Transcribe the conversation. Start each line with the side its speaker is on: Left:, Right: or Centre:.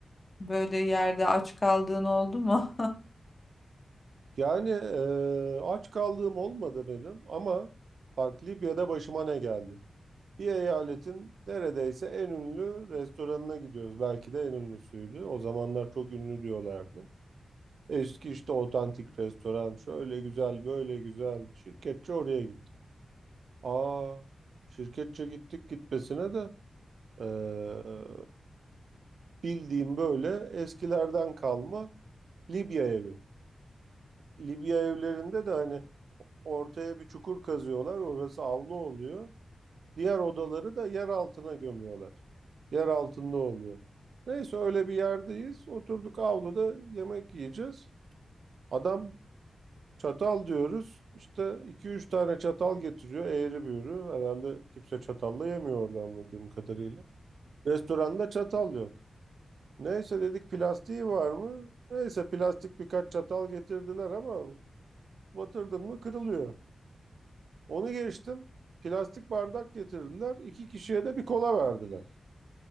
Left: böyle yerde aç kaldığın oldu mu?
Right: Yani e, aç kaldığım olmadı benim ama bak Libya'da başıma ne geldi? Bir eyaletin neredeyse en ünlü restoranına gidiyoruz. Belki de en ünlüsüydü. O zamanlar çok ünlü diyorlardı. Eski işte otantik restoran şöyle güzel böyle güzel şirketçi oraya gittik. Aa, şirketçe gittik gitmesine de eee, bildiğim böyle eskilerden kalma Libya evi. Libya evlerinde de hani ortaya bir çukur kazıyorlar, orası avlu oluyor. Diğer odaları da yer altına gömüyorlar. Yer altında oluyor. Neyse öyle bir yerdeyiz. Oturduk avluda yemek yiyeceğiz. Adam çatal diyoruz. İşte iki üç tane çatal getiriyor eğri büğrü. Herhalde kimse çatalla yemiyor orada anladığım kadarıyla. Restoranda çatal yok. Neyse dedik plastiği var mı? Neyse plastik birkaç çatal getirdiler ama batırdın mı kırılıyor. Onu geçtim. Plastik bardak getirdiler. İki kişiye de bir kola verdiler.